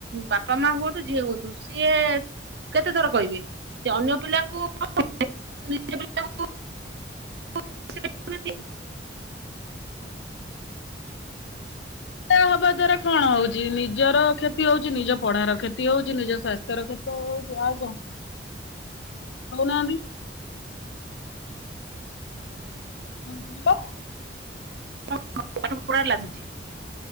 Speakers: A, on the right; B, on the left.
A: ବା ପା ମା ହୁଅନ୍ତୁ ଜିଏ ହୁଅନ୍ତୁ ସିଏ କେତେ ଥର କହିବେ ସେ ଅନ୍ୟ ପିଲାଙ୍କୁ
B: <inaudible>
A: <inaudible>
B: ହୁଁ। ତହ ହବା ଦ୍ଵାରା କଣ ହଉଚି, ନିଜର କ୍ଷତି ହଉ, ଚି ନିଜ ପଢାର କ୍ଷତି ହଉଚି, ନିଜ ସ୍ୱାସ୍ଥ୍ୟର କ୍ଷତି ହଉଚୁ। ଆଉ କଣ କହୁନାହାନ୍ତି? କଣ କହିଲ?
A: <inaudible> ପାଠପଢା ଲାଗୁଚି